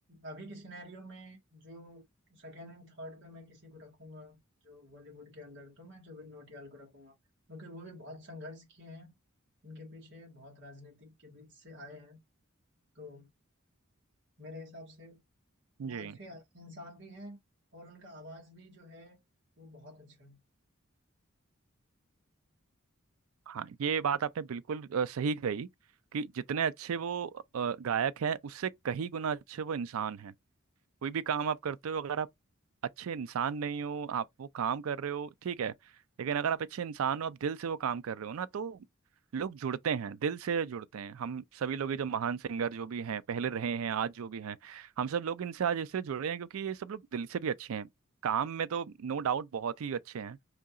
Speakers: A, on the right; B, on the right.
A: अभी की सिनेरियो में जो सेकेंड एंड थर्ड पे मैं किसी को रखूंगा जो बॉलीवुड के अंदर तो मैं जुबिन नौटियाल को रखूंगा क्योंकि वो भी बहुत संघर्ष किए हैं उनके पीछे बहुत राजनीतिक के बीच से आए हैं तो मेरे हिसाब से वो
B: जी
A: अच्छे इंसान भी हैं और उनका आवाज भी जो है वो बहुत अच्छा है
B: हाँ ये बात आपने बिल्कुल अ, सही कही कि जितने अच्छे वो अ, गायक हैं उससे कहीं गुना अच्छे वो इंसान हैं कोई भी काम
A: जी
B: आप करते हो अगर आप अच्छे इंसान नहीं हो आप वो काम कर रहे हो ठीक है लेकिन अगर आप अच्छे इंसान हो आप दिल से वो काम कर रहे हो ना तो लोग जुड़ते हैं दिल से जुड़ते हैं हम सभी लोग ये जो महान सिंगर जो भी हैं पहले रहे हैं आज जो भी हैं हम सब लोग इनसे आज इसलिए जुड़ रहे हैं क्योंकि ये सब लोग दिल से भी अच्छे हैं काम में तो नो डाउट बहुत ही अच्छे हैं